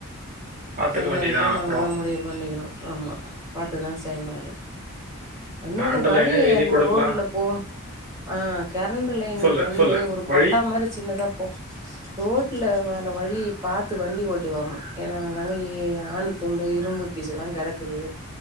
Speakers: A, on the right; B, on the right.
A: பார்த்துக்க
B: என்னன்ட்டு
A: வேண்டியதுதான்
B: நாம
A: அப்புறம்
B: தா முடிவு பண்ணிக்கணு, ஆமா பாத்துதா செய்யணு அது இன்னொன்னு
A: கரண்ட்
B: வழி
A: லைனே எழுதி
B: அந்த
A: கொடுக்கலாம்
B: ரோடுல போ ஆ கரண்டுலைனுக்கு
A: சொல்லு
B: வந்து,
A: சொல்லு
B: ஒரு கொட்டா
A: வழி
B: மாரி சின்னதா போ ரோட்டுல வ வழி பாத்து வண்டி ஓட்டி வரணு, ஏன்னா அங்கங்க இ ஆணி துண்டு, இரும்பு பீஸெல்லா கடக்குது.